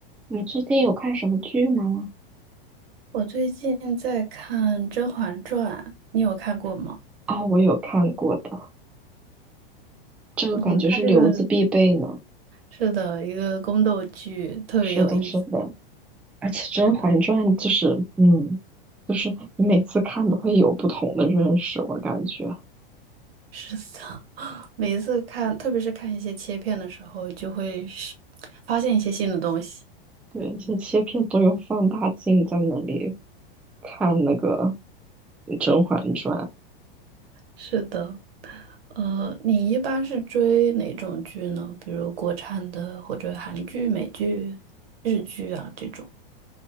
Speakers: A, in the centre; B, on the right.
A: 你最近有看什么剧吗？
B: 我最近在看《甄嬛传》，你有看过吗？
A: 啊、我有看过的，这个感觉是留子必备呢。
B: 嗯，它这个是的一个宫斗剧，特别有意思。
A: 是的，是的，而且《甄嬛传》就是，
B: 是的，
A: 嗯，就是你每次看都会有不同的认识，我感觉。
B: 是的，<laughs> 每一次看，特别是看一些切片的时候，就会是发现一些新的东西。
A: 对，一些切片都用放大镜在那里看那个《甄嬛传》。
B: 是的，呃，你一般是追哪种剧呢？比如国产的，或者韩剧、美剧、日剧啊这种。